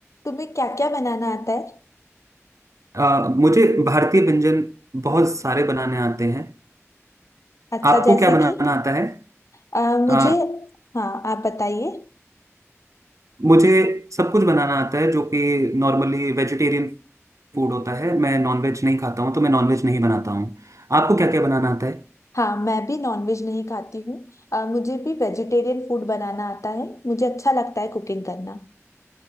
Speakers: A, on the left (about 80°); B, on the right (about 85°).
A: तुम्हें क्या क्या बनाना आता है
B: अ, मुझे भारतीय व्यंजन बहुत सारे बनाने आते हैं
A: अच्छा
B: आपको
A: जैसे
B: क्या बनाना
A: कि
B: आता है
A: अ,
B: अ,
A: मुझे हाँ आप बताइए
B: मुझे सब कुछ बनाना आता है जो कि नॉर्मली वेजिटेरियन फूड होता है मैं नॉनवेज नहीं खाता हूँ तो मैं नॉनवेज नहीं बनाता हूँ आपको क्या क्या बनाना आता है
A: हाँ मैं भी नॉनवेज नहीं खाती हूँ अ, मुझे भी वेजिटेरियन फूड बनाना आता है मुझे अच्छा लगता है कुकिंग करना